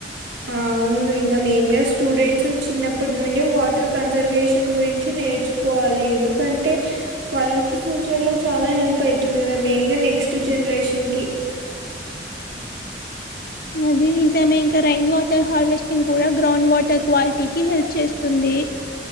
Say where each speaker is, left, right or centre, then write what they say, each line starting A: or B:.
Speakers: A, on the right; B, on the left.
A: ఆ అవును ఇంకా మెయిన్ గా స్టూడెంట్స్ చిన్నప్పటి నుండి వాటర్ కన్జర్వేషన్ గురించి నేర్చు కోవాలి ఎందుకంటే వాళ్ళకి ఫ్యూచర్ లో చాలా హెల్ప్ అయితుంది కదా మెయిన్ గా నెక్స్ట్ జనరేషన్కి
B: నది నిజమే ఇంకా రైయిన్ వాటర్ హార్వెస్టింగ్ కూడా గ్రౌండ్ వాటర్ క్వాలిటీకిి హెల్ప్ చేస్తుంది